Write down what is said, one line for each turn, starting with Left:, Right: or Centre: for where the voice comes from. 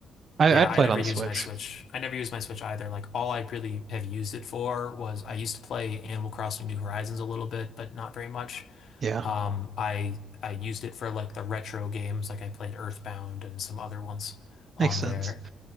Right: I
Left: Yeah,
Right: I'd
Left: I
Right: play
Left: never
Right: it on the
Left: use
Right: Switch.
Left: my Switch. I never use my Switch either. Like all I really have used it for was I used to play Animal Crossing New Horizons a little bit, but not very much.
Right: Yeah,
Left: Um, I I used it for like the retro games, like I played Earthbound and some other ones on
Right: makes sense.
Left: there.